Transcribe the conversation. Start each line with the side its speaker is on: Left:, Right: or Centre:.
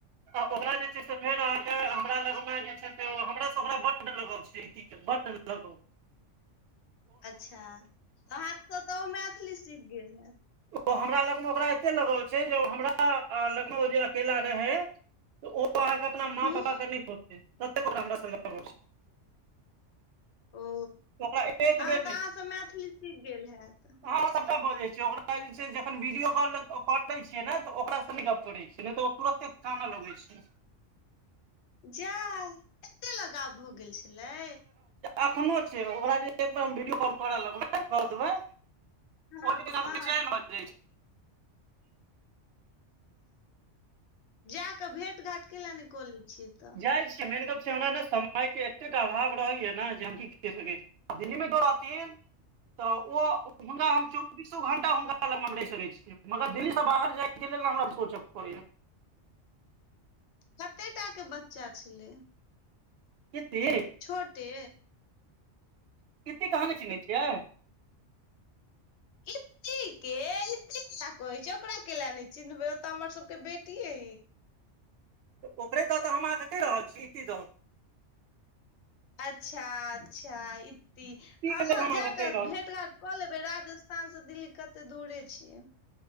Right: ओकरा जे छै से फेर अहाँके हमरा लग मे जे छै से हमरा सबरा बडड लगाव छै की बड लगाउ
Left: अच्छा तऽ अहाँकेसँ तऽ आहो मैथिली सीख गेल हैत
Right: ओ हमरा लगमे ओकरा एते लगल छै जे हमरा लगन ओ जे अकेला रहै, तऽ ओ अहाँके अपना माँ
Left: हूँ
Right: पापा के नहि खोजतै ततेक हमरा सऽ लगाव छै।
Left: ओ
Right: छै ओकरा एक
Left: तहन
Right: बेर
Left: तऽ
Right: नहि
Left: अहाँसभ मैथिली सीख गेल हैतत
Right: अहाँ सबटा बजै छै ओकरा जे छै जखन वीडियो कॉल कै छियै ने तऽ ओकासँ गप करै छै नहि तऽ तुरते कानय लगै छै
Left: जाय एते लगाव भऽ गेल छलै
Right: एखनो छै ओकरा जे एकबार हम वीडियो कॉल करऽ लगबै कऽ देबै
Left: हँ
Right: ओ बचैन
Left: हँ
Right: भऽ जाय छै
Left: जा कऽ भेट घाट केेल नहि कऽ ले छियै तऽ
Right: जाइ छिये मेानन गप छै हमरा ने समय के एतेक अभाव रहैया ने जे हम की क सकै छी दिल्ली मे ओ रहथिन तऽ ओ हुनका हम चौबीसो घं्टा हुनका लगमे हम रहि सकैत छीै मगर दिल्लीसँ बाहर जायके लेल ने हमरा सोचय पड़ैया
Left: कते टा के बच्चा छलै।
Right: कते
Left: छोटे
Right: कतेक आहाँ नहि चिन्है छियै
Left: इती के इति दुआरे कहै छै ओकरा केले नहि चिन्हबे ओ त हमर सबके बेटीै
Right: तऽ ओकररे दऽ तऽ हम अहाँकेँ कहि रहल छी इति दऽ
Left: अच्छा-अच्छा इति हँ,
Right: के लेल हम
Left: जााकऽ
Right: अहाँके कहि रहल
Left: भेट
Right: छी
Left: घाट कऽ लेबै राजस्थान सऽ दिल्ली कते दूरे छियै।